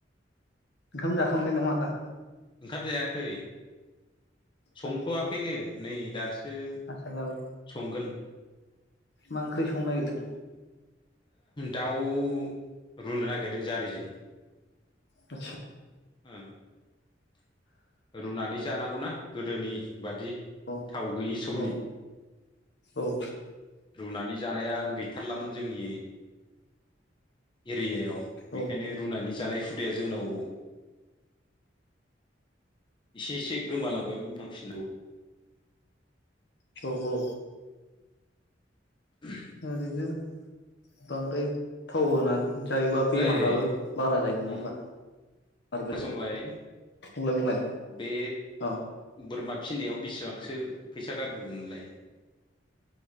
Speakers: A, on the left; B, on the left.
A: ओंखाम जाखांबाय नामा आदां
B: ओंखाम जायाखै संथ'वाखैनो
A: आदसा
B: नै दासो
A: ज
B: संगोन
A: मा ओंख्रि संनो निरदों
B: दाउ रुनो नागिरदों जारिजों
A: आ
B: ओं रुनानै जानांगौनाा गोदोनि बादि
A: औ
B: थाव गैयि समनि
A: औ औ
B: रुनानै जानाया गैथारलामोन। जोंनि एरियायाव
A: औ
B: बेनिखायनो रुनानै जानाय हुदाया जोंनाव एसे इसे गोमालांबाय थांफिनांगौ।
A: थगौ
B: ओ
A: ओरैनो बांद्राय थाव होनानै जायोबा बेमाराबो
B: ओइ
A: बारा जायो नङा
B: उम
A: होमबा बेमारबो
B: खोनासंलाय
A: जायो बुंलाय बुंलाय
B: बे
A: औ
B: बोरमा फिनायाव बेसेबांसो फैसा गारग्रो नोंलाय